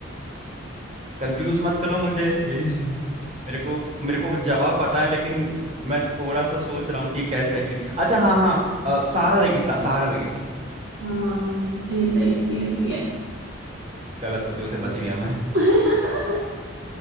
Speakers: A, on the right; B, on the right.
A: कंफ्यूज मत करो मुझे <laughs> मेरे को मेरे को जवाब पता है लेकिन मैं थोड़ा सा सोच रहा हूँ कि कैसा ही कि नहीं। अच्छा हाँ हाँ अ, सहारा रेगिस्तान सहारा रेगिस्तान
B: हाँ सही है सही है सही है सही
A: गलत होते होते बच गया मैं
B: है <laughs>